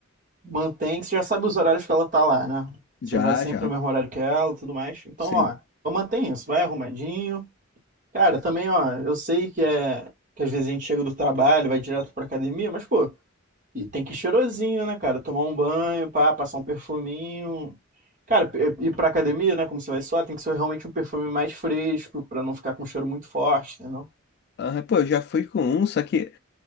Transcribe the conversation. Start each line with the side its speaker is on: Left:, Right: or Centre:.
Right: Mantém que você já sabe os horários que ela tá lá, né? Você
Left: Já,
Right: vai sempre
Left: já.
Right: no mesmo horário que ela e tudo mais. Então,
Left: Sim.
Right: ó, então mantém isso. Vai arrumadinho. Cara, também, ó, eu sei que é que às vezes a gente chega do trabalho, vai direto pra academia, mas, pô, e tem que ir cheirosinho, né, cara? Tomar um banho, pá, passar um perfuminho. Cara, e- ir pra academia, né, como você vai suar, tem que ser realmente um perfume mais fresco, pra não ficar com um cheiro muito forte, entendeu?
Left: Ah, pô, eu já fui com um, só que